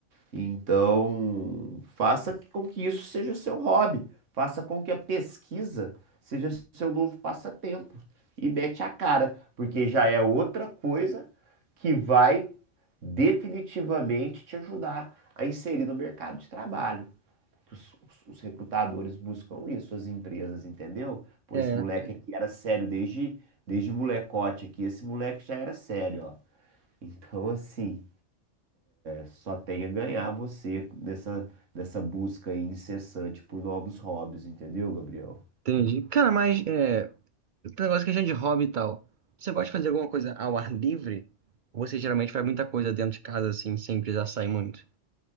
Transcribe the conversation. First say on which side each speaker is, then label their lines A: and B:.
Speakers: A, on the right; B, on the right.
A: Então, faça com que isso seja seu hobby, faça com que a pesquisa seja seu novo passatempo e mete a cara, porque já é outra coisa que vai definitivamente te ajudar a inserir no mercado de trabalho. Que Os, os- os recrutadores buscam isso, as empresas, entendeu? Pô,
B: é,
A: esse moleque aqui era sério desde, desde molecote aqui, esse moleque já era sério, ó. Então, assim. Só tem a ganhar você nessa, nessa busca aí incessante por novos hobbies, entendeu, Gabriel?
B: entendi. Cara, mas é, esse negócio que a gente de hobby e tal. Você gosta de fazer alguma coisa ao ar livre? Ou você geralmente faz muita coisa dentro de casa, assim, sem precisar sair muito?